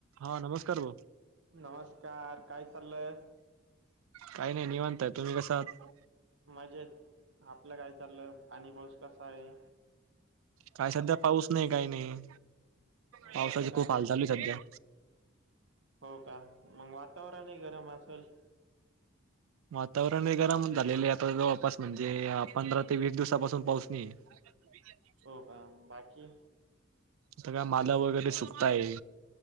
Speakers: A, on the right; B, on the right.
A: हा नमस्कार भाऊ.
B: नमस्कार काय चाललंय?
A: काही नाही निवांता हाय तुम्ही कसं आहात?
B: मजेत आपलं काय चाललं आणि‌ पाऊस कसा आहे?
A: काय सध्या पाऊस नाही काय नाही पावसाचे
B: अवघड
A: खूप
B: आहे मग
A: हाल चालू
B: तर
A: आहे सध्या‌.
B: हो का मग वातावरणही गरम असेल.
A: वातावरण हे गरम झालेले आहे आता जवळपास म्हणजे पंधरा ते वीस दिवसापासून पाऊस नाही आहे. <unintelligible>
B: हो का बाकी
A: सगळ्या माला वगैरे सुकताय